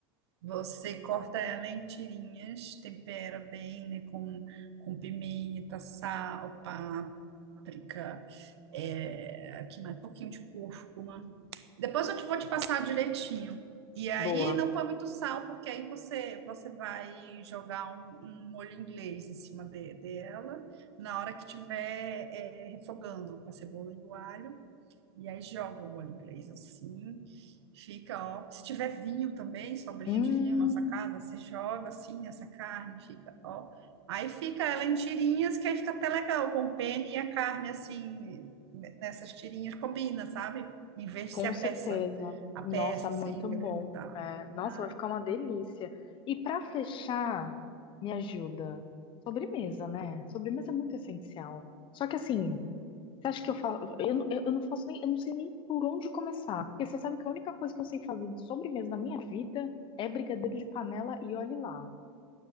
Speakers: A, on the right; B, on the left.
A: você corta ela em tirinhas, tempera bem, né, com, com pimenta, sal, páprica, é, aqui mais um pouquinho de cúrcuma. Depois eu te vou te passar direitinho. E aí
B: Boa.
A: não põe muito sal, porque aí você, você vai jogar um, um molho inglês em cima de, dela na hora que tiver é, refogando com a cebola e o alho. E aí joga o molho inglês assim, fica, ó. Se tiver vinho também, sobrinho
B: Hum,
A: de vinho na sacada, você joga assim essa carne, fica, ó. Aí fica ela em tirinhas, que aí fica até legal, com o pene e a carne assim, ne- nessas tirinhas combina, sabe? Em vez
B: com
A: de ser a
B: certeza.
A: peça, a
B: Nossa,
A: peça
B: muito
A: assim,
B: bom.
A: grande e tal.
B: É,
A: né?
B: nossa, vai ficar uma delícia. E para fechar, me ajuda. Sobremesa, né? Sobremesa é muito essencial. Só que assim, você acha que eu faço. Eu, não- eu, eu não faço nem. Eu não sei nem por onde começar. Porque você sabe que a única coisa que eu sei fazer de sobremesa na minha vida é brigadeiro de panela e olhe lá.